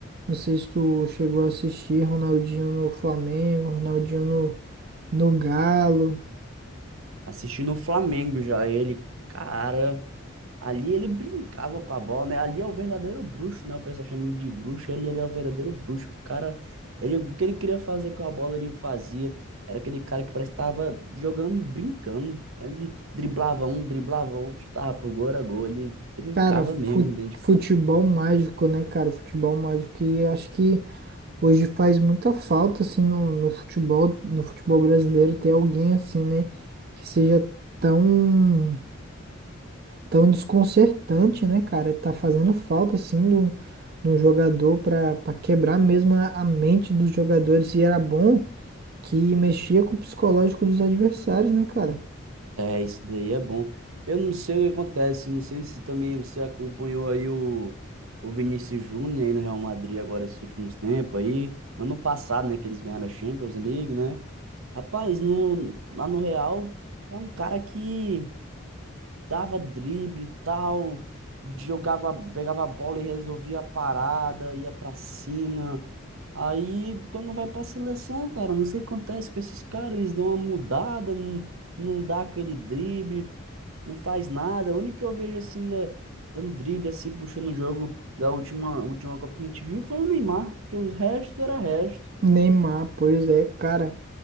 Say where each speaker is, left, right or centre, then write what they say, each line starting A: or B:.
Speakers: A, on the right (about 45°); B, on the right (about 75°).
A: Não sei se tu chegou a assistir Ronaldinho no Flamengo, Ronaldinho no no Galo.
B: assistindo o Flamengo já, ele, cara. Ali ele brincava com a bola, né? Ali é o verdadeiro bruxo, né? O pessoal chama ele de bruxo. Ele, ele é o verdadeiro bruxo. O cara, ele, o que ele queria fazer com a bola, ele fazia. Era aquele cara que parece que estava jogando, brincando. Ele driblava um, driblava outro, chutava pro gol, era gol. Ele brincava
A: Cara, fu-
B: mesmo dentro de
A: futebol
B: campo.
A: mágico, né, cara? Futebol mágico. E eu acho que hoje faz muita falta, assim, no, no futebol, no futebol brasileiro, ter alguém assim, né? Que seja tão, tão desconcertante, né, cara? Tá fazendo falta, assim, do, do jogador pra, pra quebrar mesmo a, a mente dos jogadores. E era bom que mexia com o psicológico dos adversários, né, cara?
B: É, isso daí é bom. Eu não sei o que acontece, não sei se também você acompanhou aí o, o Vinícius Júnior aí no Real Madrid agora esses últimos tempos aí. Ano passado, né, que eles ganharam a Champions League, né? Rapaz, no, lá no Real é um cara que dava drible e tal, jogava, pegava a bola e resolvia a parada, ia pra cima. Aí quando vai pra seleção, cara, não sei o que acontece com esses caras, eles dão uma mudada, não, não dá aquele drible, não faz nada. O único que eu vejo assim, da, dando drible, assim, puxando o jogo da última, última Copa que a gente viu foi o Neymar, porque o resto era resto.
A: Neymar, pois é, cara.